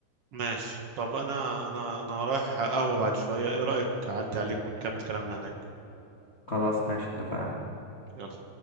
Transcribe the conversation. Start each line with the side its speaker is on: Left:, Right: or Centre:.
Right: ماشي طب انا انا انا رايح قهوه بعد شويه ايه رايك اعدي عليك ونكمل كلامنا هناك
Left: خلاص ماشي اتفقنا
Right: يلا